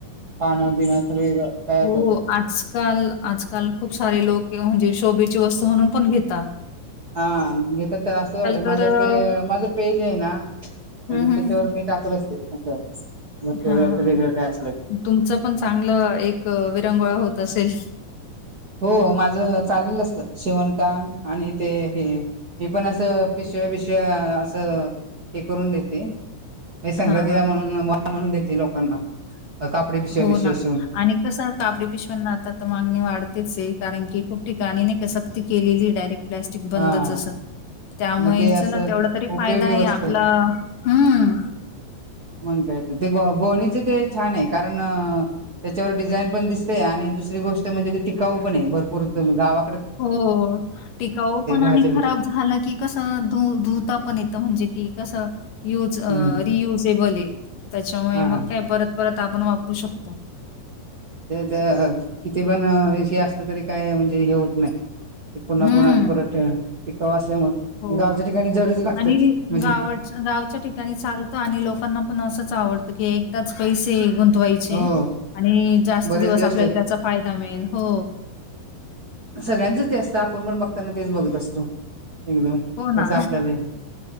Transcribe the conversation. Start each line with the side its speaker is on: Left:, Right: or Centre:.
Right: पानं बिणं सगळे तयार
Left: हो
Right: करतो
Left: आजकाल आजकाल खूप सारे लोक म्हणजे शोभेची वस्तू म्हणून पण घेेतात.
Right: हा घेत तर असं होतं माझं
Left: तर अ,
Right: पे माझं पेज आहे ना त्याच्यावर
Left: हं, हं,
Right: मी टाकत असते असं वरच
Left: हा हा
Right: वेगळं काय असलं की
Left: तुमचं पण चांगलं एक विरंगुळा होत असेल.
Right: हो माझं चाललेल असत शिवणकाम आणि ते हे. मी पण असं पिशव्या बिशव्या असं हे करून देते. संक्रांतीला
Left: हां, हां,
Right: म्हणून
Left: हां.
Right: वाण म्हणून देते लोकांना कापडी पिशव्या
Left: हो
Right: बिशव्या
Left: ना.
Right: शिऊन.
Left: आणि कसं कापडी पिशव्यांना आता तर मागणी वाढतेच आहे कारण की खूप ठिकाणी नाही कसं सक्ती केलेलीच आहे डायरेक्ट प्लॅस्टिक बंदच
Right: हा
Left: असं त्यामुळे
Right: मग ते
Left: चला
Right: असं
Left: तेवढा तरी
Right: उपयोगी
Left: फायदा आहे
Right: वस्तू
Left: आपला हम्म
Right: मग कायच ते ग गोणीच ते छान आहे कारण त्याच्यावर डिझाईन पण दिसते आणि दुसरी गोष्ट म्हणजे ते टिकाऊ पण आहे भरपूर गावा
Left: हो टिकाऊ पण आणि
Right: भाज्या बीज
Left: खराब झाला की कसं धू धुता पण येतं म्हणजे कि कसं युज
Right: हम्म
Left: रियुजेबल आहे त्याच्यामुळे
Right: हा
Left: मग
Right: हा
Left: काय परत परत आपण वापरू शकतो.
Right: ते किती पण हे असलं तरी काय म्हणजे हे होत नाही. ते पुन्हा
Left: हं.
Right: पुन्हा परत टिकावू असल्यामुळे
Left: हो.
Right: गावच्या ठिकाणी जडच लागतात
Left: आणि
Right: म्हणजे
Left: गाव गावच्या ठिकाणी चालतं आणि लोकांना पण असंच आवडतं की एकदाच पैसे गुंतवले. वायचे
Right: हो
Left: आणि जास्त
Right: बरेच
Left: दिवस आपल्याला
Right: ते
Left: त्याचा फायदा मिळेल हो.
Right: सगळ्यांचंच ते असतं आपण पण बघताना तेच बघत असतो. एकदंम
Left: हो
Right: कसं
Left: ना
Right: आपल्यांला